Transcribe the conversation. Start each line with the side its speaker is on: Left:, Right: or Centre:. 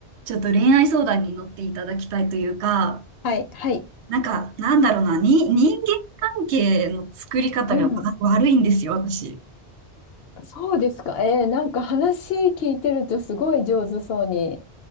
Right: ちょっと恋愛相談に乗っていただきたいというか、
Left: はい、はい。
Right: なんか、なんだろうな、に、人間関係の作り方がわ悪いんですよ、
Left: うん。
Right: 私。
Left: そうですか。えー、なんか話聞いてるとすごい上手そうに